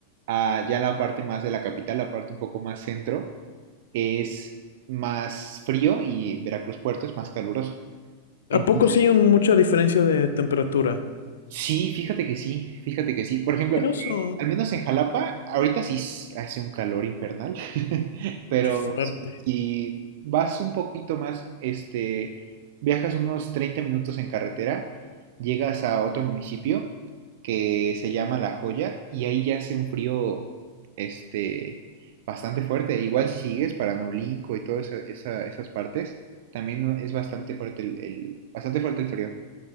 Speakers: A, on the right (about 60°); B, on the left (about 75°).
A: a ya la parte más de la capital, la parte un poco más centro, es más frío y Veracruz, Puerto es más caluroso.
B: ¿A
A: Entonces,
B: poco sí hay un- mucha diferencia de temperatura?
A: Sí, fíjate que sí, fíjate que sí. Por ejemplo,
B: Curioso.
A: eh, al menos en Jalapa, ahorita sí s- hace un calor infernal, <laughs> pero
B: Qué fuerte.
A: si, si vas un poquito más, este, viajas unos 30 minutos en carretera, llegas a otro municipio que se llama La Joya y ahí ya hace un frío, este, bastante fuerte. Igual si sigues para Naolinco y todas esa- esa- esas partes, también es bastante fuerte el, el- bastante fuerte el frío.